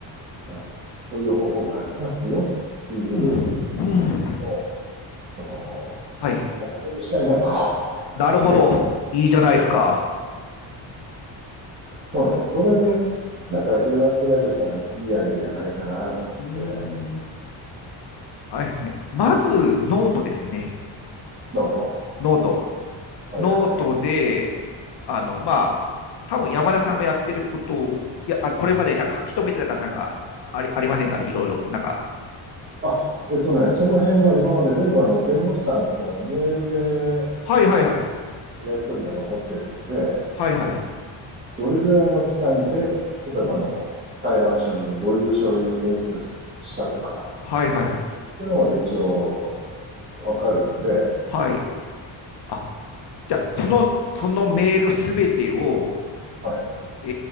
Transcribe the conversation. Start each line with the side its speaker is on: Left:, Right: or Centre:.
Right: あのこういう方法がありますよっていうの
Left: うん。うん。
Right: を、その、
Left: はい。
Right: したいなと。
Left: なるほど。
Right: <laughs> せっかく
Left: いいじゃないですか。
Right: せっかくそうなんです。それで、なんか平、ひら平口さん、いいアイディアないかなと思っ
Left: うー
Right: て、
Left: ん。あれですね。まず、ノートですよね。
Right: ノート。
Left: ノート。
Right: はいはい。
Left: ノートで、あの、まあ、多分山田さんがやってることを、いや、あれ、これまでなんか書き留めてたからなんかあり、ありませんかね、いろいろ。なんか、
Right: あ、えっとね、その辺は今まで全部あの弁護士さんとメールで
Left: はいはいはい。
Right: やり取りが残ってるんで、
Left: はいはいはい。
Right: どれぐらいの期間で、例えばあの裁判所にどういう書類を提出したとか、
Left: うん。はいはいはい。
Right: そういうのまで一応わかるんで、
Left: はい。あ、じゃあ、その、そのメールすべてを、
Right: はい。
Left: え